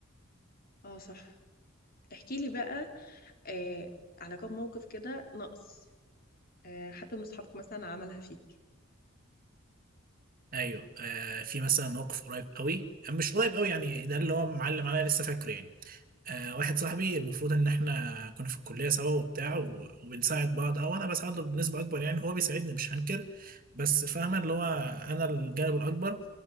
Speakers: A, on the left (about 45°); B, on the right (about 40°).
A: اه صح احكي لي بقى آه على كم موقف كده نقص آه حتى من اصحابك مثلا عملها فيك
B: ايوه آه، في مثلا موقف قريب قوي مش قريب قوي يعني ده اللي هو معلم عليا لسه فاكره يعني آه، واحد صاحبي المفروض ان احنا كنا في الكليه سوا وبتاع و- وبنساعد بعض او انا بساعده بنسبه اكبر يعني هو بيساعدني مش هنكر بس فاهمه اللي هو انا الجانب الاكبر